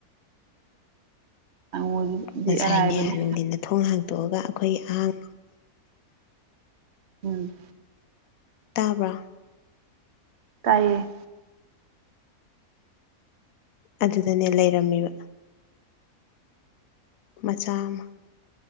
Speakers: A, on the right; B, on the left.
A: ꯅꯪꯉꯣꯟꯗꯤ
B: ꯉꯁꯥꯏꯅꯦ
A: ꯑꯔꯥꯏꯕꯅꯦ
B: ꯅꯨꯡꯊꯤꯟꯗ ꯊꯣꯡ ꯍꯥꯡꯗꫭꯛꯑꯒ ꯑꯩꯈꯣꯏꯒꯤ ꯑꯍꯥꯡ
A: ꯎꯝ
B: ꯇꯥꯕ꯭ꯔꫭ
A: ꯇꯥꯏꯌꯦ
B: ꯑꯗꯨꯗꯅꯦ ꯂꯩꯔꯝꯃꯤꯕ ꯃꯆꯥ ꯑꯃ